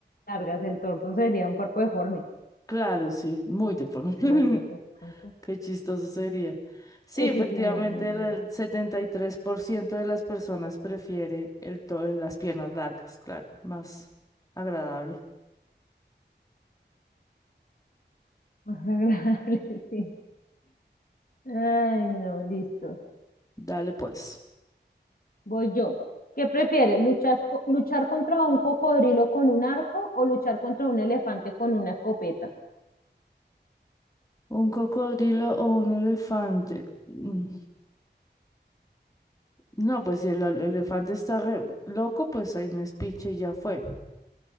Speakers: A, on the left; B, on the left.
A: largas, el torso sería un cuerpo deforme,
B: Claro, sí, muy deforme. <laughs>
A: podría ser pronto.
B: Qué chistoso sería. Sí,
A: Sí,
B: efectivamente,
A: sí, sí, no, no, no, no,
B: el el
A: no.
B: 73% de las personas prefiere el to- las piernas largas, claro, más agradable.
A: Más agradable, <laughs> sí. Ay, no, listos.
B: Dale pues.
A: Voy yo. ¿Qué prefieres? ¿Luchar, co- luchar contra un cocodrilo con un arco o luchar contra un elefante con una escopeta?
B: ¿Un cocodrilo o un elefante? Mm, No, pues si el al- elefante está re loco, pues ahí me espiche y ya fue.